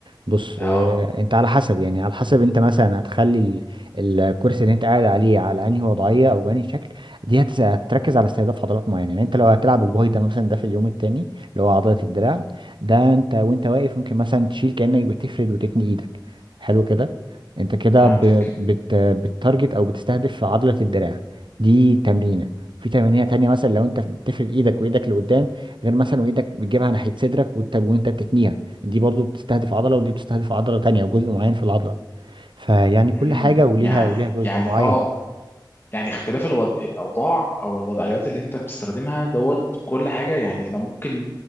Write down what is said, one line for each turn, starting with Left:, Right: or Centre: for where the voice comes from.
Right: بص
Left: اه
Right: آه، انت على حسب يعني على حسب انت مثلا هتخلي ال- الكرسي اللي انت قاعد عليه على انهي وضعيه او بانهي شكل دي هتس- هتركز على استهداف عضلات معينه يعني انت لو هتلعب الباي ده مثلا ده في اليوم التاني اللي هو عضله الدراع ده انت وانت واقف ممكن مثلا تشيل كانك بتفرد وتتني ايدك حلو كده انت كده
Left: فهمتك
Right: ب- بت بتارجت او بتستهدف عضله الدراع دي تمرينه في تمارين تانية مثلا لو انت بتفرد ايدك وايدك لقدام غير مثلا وايدك بتجيبها ناحيه صدرك وانت وانت بتتنيها دي برضو بتستهدف عضلة ودي بتستهدف عضلة تانية وجزء معين في العضلة فيعني
Left: مهم.
Right: كل حاجة وليها
Left: يعني
Right: وليها جزء
Left: يعني
Right: معين
Left: اه يعني اختلاف الوضع الاوضاع او الوضعيات اللي انت بتستخدمها دوت كل حاجه يعني انا ممكن